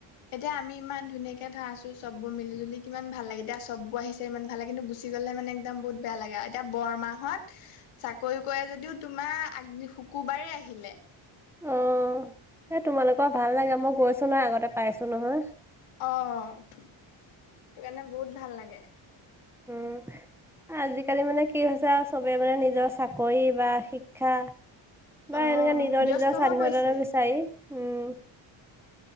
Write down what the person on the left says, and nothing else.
এতিয়া আমি ইমান ধুনীয়াকে ধৰা আছো চববোৰ মিলি- জুলি কিমান ভাল লাগে। এতিয়া চববোৰ আহিছে ইমান ভালে কিন্তু গুচ্ গুচি গ'লে মানে একদম বহুত বেয়া লাগে আও এতিয়া বৰমাহঁত চাকৰি কৰে যদিও তোমাৰ আগ্ শুকুৰবাৰেই আহিলে।
অঁ সেইটো কাৰণে বহুত ভাল লাগে।
অ
ব্যস্ত
হৈ পৰিছে